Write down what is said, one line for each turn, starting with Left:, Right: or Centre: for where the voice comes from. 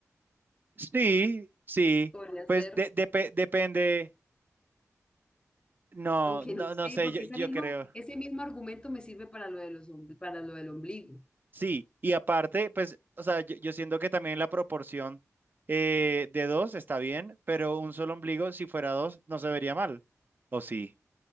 Right: Sí, sí.
Left: Podría
Right: Pues
Left: ser,
Right: de- depe- depende. No,
Left: aunque
Right: no,
Left: no sé,
Right: no sé,
Left: porque
Right: yo, yo
Left: ese mismo,
Right: creo.
Left: ese mismo argumento me sirve para lo de los, ombli- para lo del ombligo.
Right: Sí, y aparte, pues, o sea, yo, yo siento que también la proporción eh, de dos está bien, pero un solo ombligo, si fuera dos, no se vería mal. ¿O sí?